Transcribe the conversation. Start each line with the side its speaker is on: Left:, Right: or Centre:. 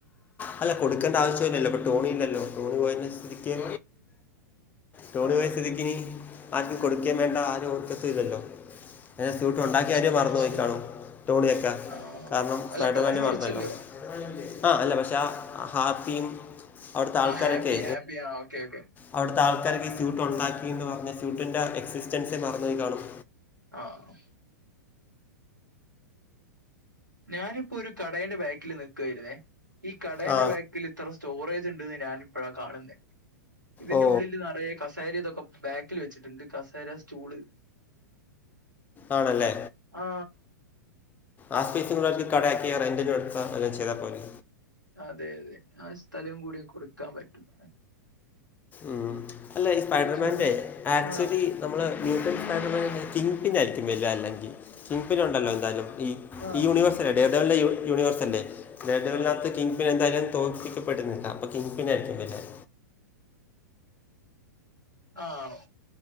Left: അല്ല കൊടുക്കേണ്ട ആവശ്യല്ലല്ലോ ഇപ്പൊ ടോണി ഇല്ലല്ലോ ടോണി പോയതിന ശരിക്ക തോണി
Right: ആ
Left: പോയസ്ഥിതിക്കിനി ആർക്ക് കൊടുക്കുകൻ വേണ്ട ആ ഒരു ഓർക്കതു ഇല്ലല്ലോ ഞെ സ്യൂട്ട് ഉണ്ടാക്കിയ
Right: ശരിയാണ്
Left: കാര്യം മറന്ന് നോയിക്കാണും
Right: ശരിയാണ്.
Left: ണിയൊക്കെ
Right: ആ
Left: കാരണം
Right: അല്ല
Left: അടു
Right: ടോണി മരിച്ചല്ലോ?
Left: പറഞ്ഞല്ലോ ആ അല്ല പക്ഷെ ഹാപ്പിയും അവിടത്തെ ആൾക്കാരൊക്കെ
Right: ആ ഹാപ്പി ഹാപ്പി ആ ഓക്കെ ഓക്കെ.
Left: അവിടുത്തെ ആൾക്കാർ ഷൂട്ട ഉണ്ടാക്കി എന്ന് പറഞ്ഞ ഷൂട്ടിന്റെ എക്സിസ്റ്റൻസെ മറന്നുപോയി കാണും
Right: ആഹ് ഞാനിപ്പോ ഒരു കടയിന്റെ ബാക്കിൽ നിക്കുവായിരുന്നേ ഈ കടന്റെ
Left: ആ
Right: ബാക്കിൽ ഇത്ര സ്റ്റോറേജ് ഉണ്ട്ന്ന് ഞാൻ ഇപ്പോഴാ കാണുന്ന ഇതിന്റെ
Left: ഓ
Right: ഉള്ളിൽ നറയെ കസേരി ഇതൊക്കെ ബാക്കിൽ വെച്ചിട്ടുണ്ട് കസേര സ്റ്റൂള്
Left: ആണല്ലേ
Right: ആ
Left: ആഹ് സ്പേസ് കൂക്ക് കടയാക്കിയ റന്റിനും എടുത്ത എല്ലാം ചെയതാ പോലെ
Right: അതെ അതെ ആഹ് സ്ഥലം കൂടിയ കൊടുക്കാൻ പറ്റുവ
Left: ഉം അല്ല ഈ സ്പൈഡർമാൻന്റെേ
Right: ജൂ
Left: ആക്ച്വലി
Right: ആ
Left: നമ്മള് <unintelligible> കിങ് പിൻ ആയിരിക്കും വര്യ അല്ലെങ്കിൽ കിംഗ് പിനുണ്ടല്ലോ
Right: ആ
Left: എന്തായാല ഈ
Right: ആ
Left: ഈ യൂണിവേഴ്സല്ല
Right: കീപ്പിങ്
Left: ഡേഡവലൻെ യൂണിവേഴ്സല്ലേ ഡേഡ ഡവൽനാകത്ത്
Right: ആഹ്
Left: കിങ് പിന്നെ എന്തായാലും തോൽപ്പിക്കപ്പെടുന്നില്ല അപ്പൾ കി പിനായിരിക്കും വല്ലും
Right: ആണോ